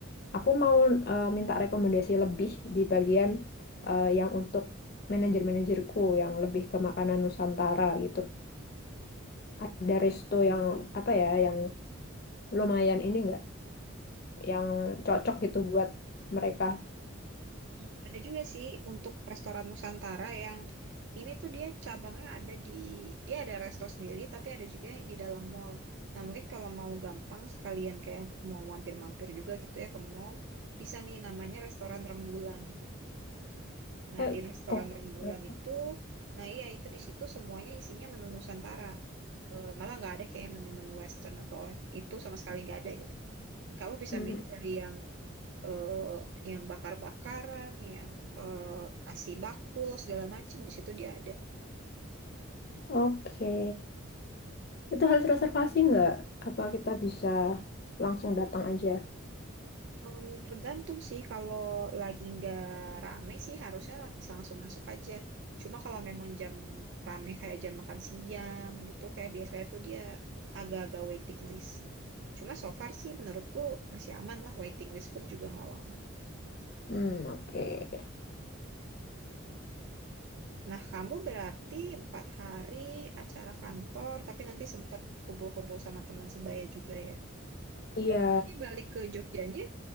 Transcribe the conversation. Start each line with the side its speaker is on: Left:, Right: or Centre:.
Left: aku mau eh, minta rekomendasi lebih di bagian eh, yang untuk manajer-manajerku yang lebih ke makanan Nusantara gitu. Ada resto yang apa ya yang lumayan ini nggak,
Right: Hmm,
Left: yang cocok gitu buat mereka.
Right: hmm. Ada juga sih untuk restoran Nusantara yang ini tuh dia cabangnya ada di dia ada resto sendiri tapi ada juga yang di dalam mall. Nah mungkin kalau mau gampang sekalian kayak mau mampir-mampir juga gitu ya ke mall bisa nih namanya restoran Rembulan. Nah,
Left: Eh,
Right: di restoran
Left: oh, oke.
Right: rembulan itu, nah iya itu di situ semuanya isinya menu Nusantara. Eh, malah nggak ada kayak menu-menu Western atau itu sama sekali nggak ada gitu. Kamu bisa
Left: Hmm,
Right: milih dari yang eh, yang bakar-bakaran, yang eh, nasi bakul segala macam di situ dia ada.
Left: oke. Itu harus reservasi nggak? Apa kita bisa langsung datang aja?
Right: Em, tergantung sih kalau lagi nggak rame sih harusnya la- bisa langsung masuk aja. Cuma kalau memang jam rame kayak jam makan siang gitu kayak biasanya tuh dia agak-agak waiting list. Cuma so far sih menurutku masih aman lah waiting list pun juga nggak lama.
Left: Hmm, oke.
Right: Nah kamu berarti empat hari acara kantor tapi nanti sempat kumpul-kumpul sama teman sebaya juga ya.
Left: Iya.
Right: Berarti nanti balik ke Jogjanya